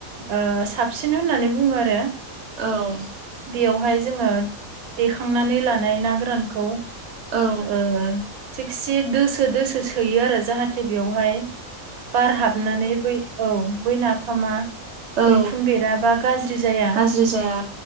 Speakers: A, on the right (about 80°); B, on the right (about 65°).
A: ओ साबसिन होननानै बुङो आरो।
B: औ
A: बेयावहाय जोङो देखांनानै लानाय ना गोरानखौ
B: औ
A: ओ थिगसे दोसो दोसो सोयो आरो जाहाथे बेवहाय बार हाबनानै बै औ बै नाफामा
B: औ
A: मैखुन बेरा बा गाज्रि जाया
B: गाज्रि जाया